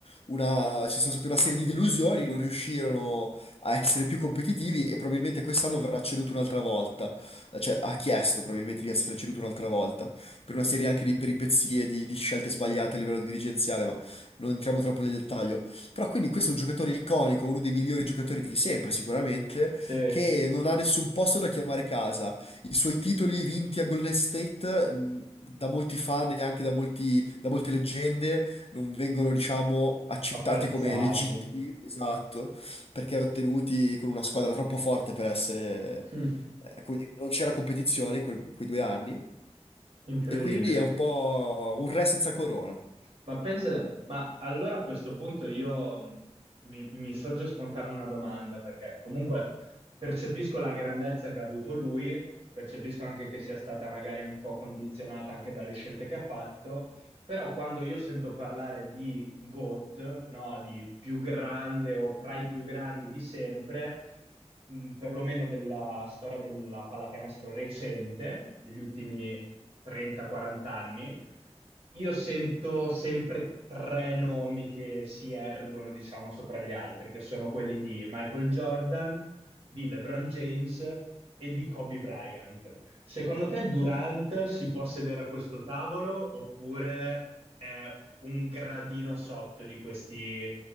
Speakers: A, on the left (about 55°); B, on the right (about 55°).
A: una, ci sono state una serie di delusioni, non riuscirono a essere più competitivi e probabilmente quest'anno verrà ceduto un'altra volta, Eh, cioè ha chiesto probabilmente di essere ceduto un'altra volta, per una serie anche di peripezie, di, di scelte sbagliate a livello dirigenziale, ma non entriamo troppo nel dettaglio. Però quindi questo è un giocatore iconico, uno dei migliori giocatori di sempre sicuramente,
B: Sì,
A: che non ha nessun posto da chiamare casa. I suoi titoli vinti a Golden State, mh, da molti fan e anche da molti- da molte leggende, non vengono, diciamo, accettati
B: apprezzati.
A: come legittimi, esatto, perché ottenuti con una squadra troppo forte per essere,
B: <laughs>
A: eh, come dire, non c'era competizione in quel- in quei due anni,
B: Incredibile.
A: e quindi è un po' un re senza corona.
B: Ma pensate, ma allora a questo punto io mh, mi, mi sorge spontanea una domanda, perché comunque percepisco la grandezza che ha avuto lui, percepisco anche che sia stata magari un po' condizionata anche dalle scelte che ha fatto, però quando io sento parlare di GOAT, no, di più grande o tra i più grandi di sempre, mh, perlomeno della storia della pallacanestro recente, degli ultimi 30-40 anni, io sento sempre tre nomi che si ergono, diciamo, sopra gli altri, che sono quelli di Michael Jordan, di LeBron James e di Kobe Bryant. Secondo te Durant si può sedere a questo tavolo oppure è un gradino sotto di questi